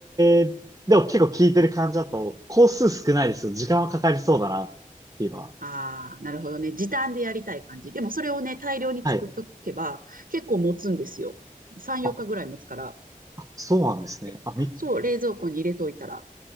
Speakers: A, on the right (about 25°); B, on the right (about 75°).
A: えーでも結構効いてる感じだと、工数少ないですよ。時間はかかりそうだな、っていうのは。
B: ああ、なるほどね。時短でやりたい感じ。でもそれをね、大量に作っとけば結構持つんですよ。
A: はい。
B: 3、4日ぐらい持つから。
A: あ、あ、そうなんですね。
B: れそう、
A: あ、み、
B: 冷蔵庫に入れといたら、